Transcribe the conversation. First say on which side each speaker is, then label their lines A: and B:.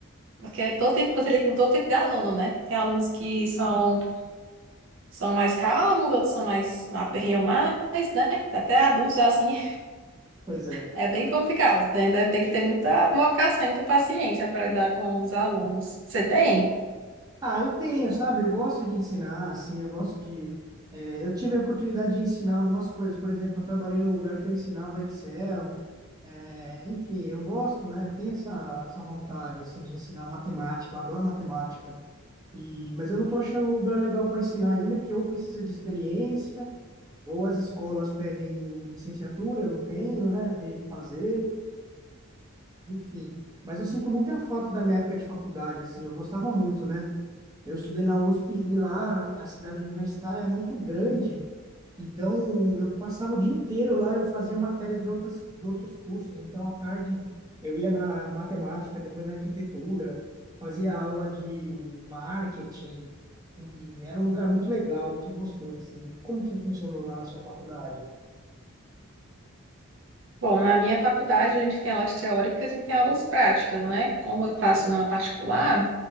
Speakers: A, on the right; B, on the right.
A: Porque é todo tipo, você lida com todo tipo de aluno, né? Tem alunos que são são mais calmos, outros são mais aperreiam mais, né? Até adultos, assim,
B: Pois é.
A: é bem complicado. Tem, né? tem que ter muita vocação, muita paciência para lidar com os alunos. Você tem?
B: Ah, eu tenho, sabe? Eu gosto de ensinar, assim, eu gosto de. eh, eu tive a oportunidade de ensinar algumas coisas. Por exemplo, eu trabalhei num lugar que eu ensinava Excel. eh, enfim, eu gosto, né? Eu tenho essa, essa vontade, assim, de ensinar matemática. Eu adoro matemática. E, mas eu não estou achando um lugar legal para ensinar ainda, porque ou precisa de experiência, ou as escolas pedem licenciatura, eu não tenho, né? Eu teria que fazer, enfim. Mas eu sinto muita falta da minha época de faculdade, assim. Eu gostava muito, né? Eu estudei na USP e lá a cidade universitária é muito grande, então eu passava o dia inteiro lá, eu fazia matérias de outras, de outros cursos, então à tarde eu ia na matemática, depois na arquitetura, fazia aula de marketing, e era um lugar muito legal, muito gostoso, assim. Como que funcionou lá na sua faculdade?
A: Bom, na minha faculdade a gente tem aulas teóricas e tem aulas práticas, né? Como eu faço na particular,